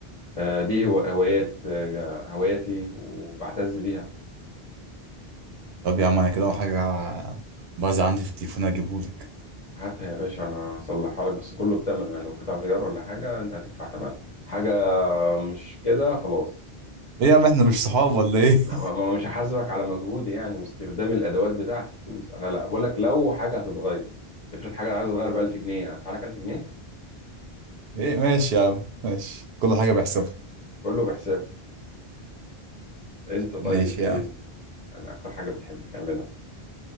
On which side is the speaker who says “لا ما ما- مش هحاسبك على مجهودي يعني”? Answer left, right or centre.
Left